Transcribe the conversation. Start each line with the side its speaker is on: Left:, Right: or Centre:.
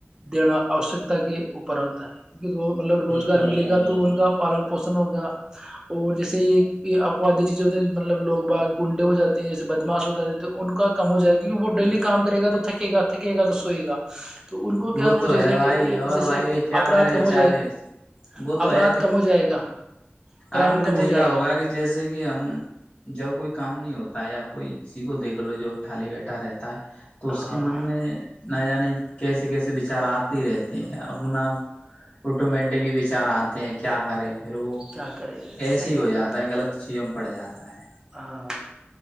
Right: دینا آوشکتا کے اوپر ہوتا ہے کیک وہ مطلب روزگار
Left: تو ہے
Right: ملے
Left: بھائی
Right: گا تو
Left: جان
Right: ان کا پالن پوشن ہوگا اور جیسے یہ آوادی مطلب لوگ باغ گنڈے ہو جے ہیں جیسے بدماس ہو جاتے تو ان کا کم ہو جائےا کیونکہ وہ ڈیلی کام کرے گا تو تھکے گا تھکے گا د سوئے گا تو ان کو کیا
Left: وہ تو
Right: جیسے
Left: ہے بھائی اور
Right: جیسے
Left: بھائی یہ کیا
Right: اپرادھ
Left: کریں بیچارے
Right: کم ہو جائے گا
Left: وہ تو
Right: اپرادھ
Left: ہے کہ
Right: کم ہو جائے گا کرائم
Left: آپ نے
Right: کم
Left: دیکھا
Right: ہو جائے
Left: ہوگا
Right: گا
Left: کہ جیسے کہ ہم جب کوئی کام نہیں ہوتا ہے آپ کوئی کسی کو دیکھ لو جو تھٹالی بیٹھا رہتا ہے تو اس
Right: ہاں
Left: کے من میں ن نہیں کیسے کیسے بچار آتے رہتے ہیں اپنا آٹومیٹک ہی بچار آتے ہیں کیا کرے پھر وہ
Right: کیا کرے صحیح
Left: ایسے ہی
Right: بات
Left: ہو جاتا ہے غلط چیزوں پڑ جاتا ہے
Right: ہاں